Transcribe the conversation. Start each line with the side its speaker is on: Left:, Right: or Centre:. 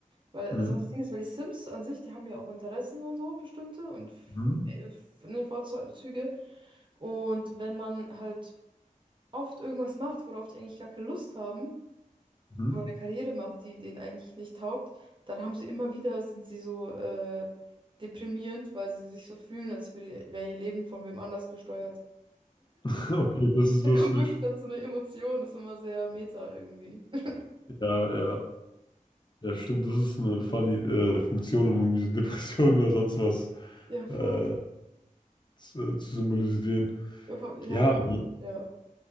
Right: weil,
Left: Mhm.
Right: also das Ding ist, weil die Sims an sich, die haben ja auch Interessen und so, bestimmte und f-
Left: Mhm.
Right: äh, f- ne, Vorzüge. Und wenn man halt oft irgendwas macht, worauf die eigentlich gar keine Lust haben,
Left: Mhm.
Right: oder eine Karriere macht, die denen eigentlich nicht taugt, dann haben sie immer wieder, sind sie so äh, deprimierend, weil sie sich so fühlen, als würde, wäre ihr Leben von wem anders gesteuert. <laughs>
Left: <laughs> Okay, das ist
Right: Da
Left: lustig.
Right: kommt wirklich dann so eine Emotion, das ist immer sehr meta irgendwie. <laughs>
Left: Ja, ja, ja, stimmt, das ist eine funny äh, Funktion, um irgendwie so <laughs> Depressionen oder sonst was
Right: Ja, voll.
Left: äh, zu, äh, zu symbolisieren.
Right: Ja, voll. Ja,
Left: Ja,
Right: voll.
Left: also,
Right: ja.